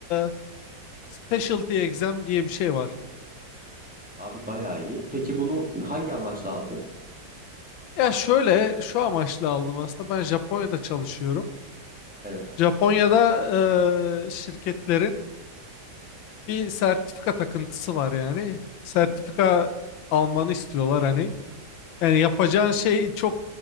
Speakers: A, on the left (about 85°); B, in the centre.
A: e, Specialty Exam diye bir şey var.
B: Abi bayağı iyi. Peki bunu hangi amaçla aldın?
A: Ya şöyle şu amaçla aldım aslında ben Japonya'da çalışıyorum.
B: Evet.
A: Japonya'da eee, şirketlerin bir sertifika takıntısı var yani. Sertifika almanı istiyorlar hani. Yani yapacağın şey çok